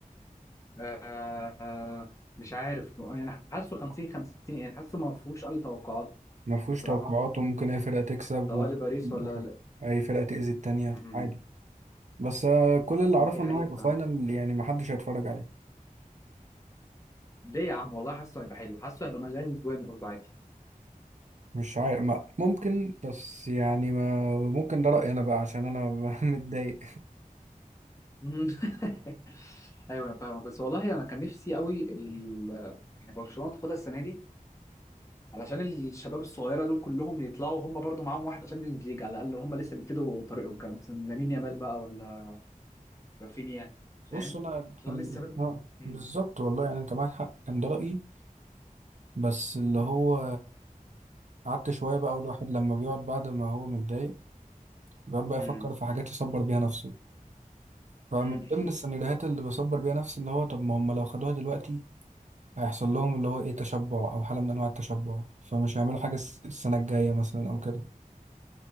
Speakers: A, on the left; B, on the right.
A: آه، آه، مش عارف يعني حاسه 50 50 يعني حاسه ما فيهوش اي توقعات
B: ما فيهوش
A: بصراحه
B: توقعات وممكن أي فرقة تكسب
A: سواء
B: وممكن
A: لباريس ولا لا.
B: أي فرقة تأذي التانية
A: مم.
B: عادي بس آه، كل اللي أعرفه
A: دي حقيقه
B: إن هو هيبقى
A: فعلا
B: فاينل يعني ما حدش هيتفرج عليه
A: ليه يا عم والله حاسه هيبقى حلو حاسه هيبقى مليان جوان برضه عادي
B: مش عارف ما ممكن بس يعني ما ممكن ده رأيي أنا بقى عشان أنا <laughs> متضايق
A: مم. <laughs> ايوه انا فاهمك بس والله انا كان نفسي قوي ال- يعني برشلونه تاخدها السنه دي علشان الشباب الصغيره دول كلهم يطلعوا هم برضو معاهم واحد تشامبيونز ليج على الاقل هم لسه بيبتدوا طريقهم كان مثلا لامين يامال بقى ولا رافينيا فاهم
B: بص أنا
A: اللي
B: كان
A: هو لسه بد...
B: آه،
A: مم.
B: بالظبط والله يعني أنت معاك حق كان ده رأيي بس اللي هو قعدت شوية بقى والواحد لما بيقعد بعد ما هو متضايق بيقعد بقى
A: مم.
B: يفكر في حاجات يصبر بيها نفسه فمن
A: مم.
B: ضمن السيناريوهات اللي بصبر بيها نفسي اللي هو طب ما هم لو خدوها دلوقتي هيحصل لهم اللي هو ايه تشبع او حالة من انواع التشبع فمش هيعملوا حاجة الس- السنة الجاية مثلا او كده